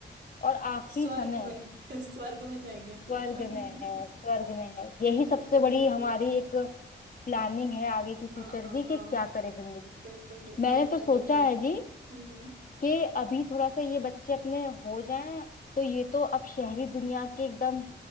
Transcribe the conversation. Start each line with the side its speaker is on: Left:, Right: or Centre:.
Left: और आखिरी
Right: स्वर्ग
Left: समय
Right: में <laughs> स्वर्ग में जाएंगे फिर
Left: स्वर्ग में है स्वर्ग
Right: <laughs>
Left: में है यही सबसे
Right: बिल्कुल
Left: बड़ी
Right: बिल्कुल
Left: हमारी एक प्लानिंग है आगे की फ्यूचर
Right: हाँ हाँ
Left: की कि
Right: हाँ
Left: क्या करे जिंदगी में
Right: बिल्कुल बिल्कुल
Left: मैंने
Right: मैं
Left: तो सोचा
Right: भी यही
Left: है जी
Right: हम्म हम्म।
Left: कि अभी थोड़ा सा ये बच्चे अपने हो जाएं तो ये तो अब शहरी दुनिया के एकदम